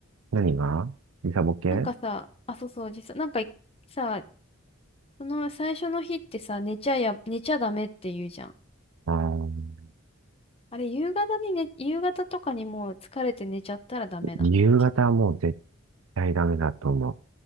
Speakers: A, on the right; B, on the left.
A: 何が時差ボケ
B: なんかさ、あ、そうそう、時差、なんかいさ、その最初の日ってさ、寝ちゃや、寝ちゃダメって言うじゃん。
A: あー
B: あれ、夕方にね、夕方とかにもう疲れて寝ちゃったらダメなんだっけ
A: 夕方はもう絶対ダメだと思